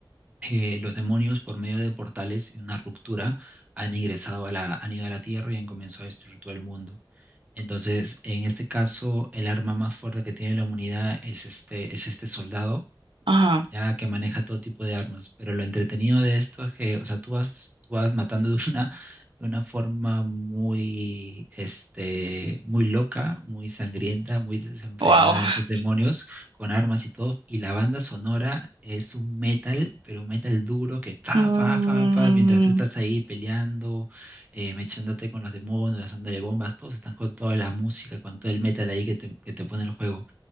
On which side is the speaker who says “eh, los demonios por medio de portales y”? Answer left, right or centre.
Right